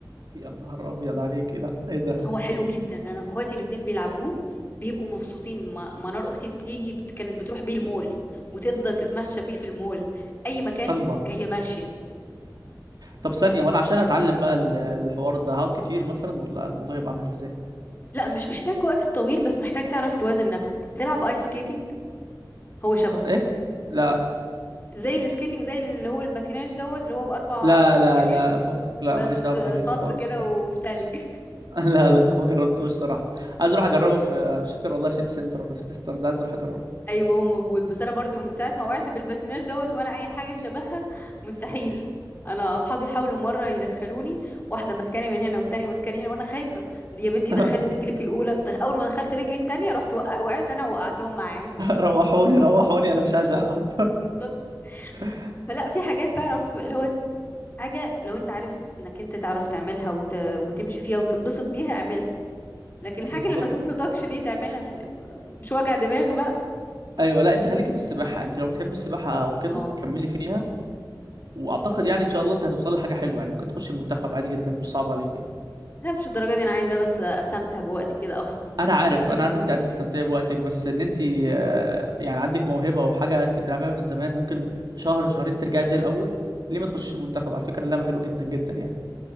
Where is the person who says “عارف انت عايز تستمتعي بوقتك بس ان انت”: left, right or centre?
Right